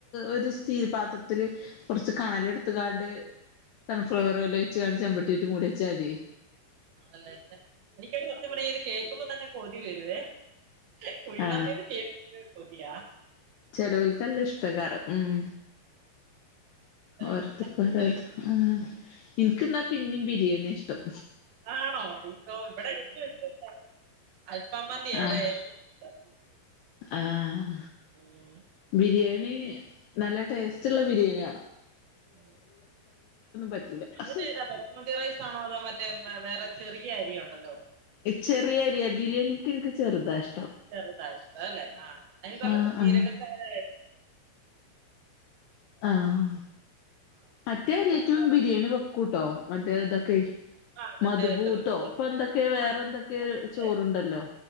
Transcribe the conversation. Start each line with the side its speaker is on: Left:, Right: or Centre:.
Left: ഒരു സ്റ്റീൽ പാത്രത്തില് കുറച്ച് കണല് എട്ത്ത് കാണ്ട് സൺഫ്ലവർല്ലാം വെച്ച്ക്കാണ്ട് ചെമ്പട്ടിയേറ്റ് മൂടിച്ചാതി.
Right: അല്ലെച്ച എനിക്കത് സത്യം പറഞ്ഞ ഇത് കേക്ക്മ്പോ തന്നെ കൊതി വരുവേ. കുഴിമന്തീന്ന്
Left: ആ
Right: കേൾക്കുമ്പഴേ കൊതിയാ
Left: ചെലോൽക്ക് നല്ല ഇഷ്ട്ടേക്കാരം. ഉം.
Right: ഏഹ്
Left: ഓരോരുത്തർക് ഓരോ താ ആ ഇൻക് ന്നാ പിന്നീം ബിരിയാണ്യ ഇഷ്ടം.
Right: ആണോ ഇ ഇവിടെ <unintelligible> മന്തിയാ ഇവിടെ
Left: ആഹ്
Right: ഏറ്റവും ഇഷ്ടം
Left: ആഹ്
Right: ഉം
Left: ബിരിയാണി, നല്ല ടേസ്റ്റ്ള്ള ബിരിയാണിയാണം.
Right: <unintelligible>
Left: പറ്റൂല
Right: അതേതാ ബസ്മതി റൈസാണോ അതോ മറ്റേ വേറെ ചെറിയ അരിയുണ്ടെല്ലോ.
Left: ചെറിയരിയ ബിരിയാണിക്ക് എനിക്ക് ചെറുതാഷ്
Right: ചെറുതാ ഇഷ്ടം അല്ലെ അഹ് അതിനേക്കാളും
Left: ആഹ്
Right: ജീരകശാല
Left: ആഹ് ആഹ്
Right: ആഹ്
Left: മറ്റേ അരിഏറ്റും
Right: അതിന്റെ
Left: ബിരേണി വെ ട്ടോ മറ്റേതെ
Right: ആഹ് മറ്റേ
Left: മദ്ബൂത്തോ
Right: ഇട്ട് വെക്കും
Left: ഇപ്പൊന്തൊക്കെ,
Right: അല്ലേ
Left: വേറെന്തൊക്കെ
Right: ആഹ് അതെ
Left: ചോറ്ണ്ടല്ലോ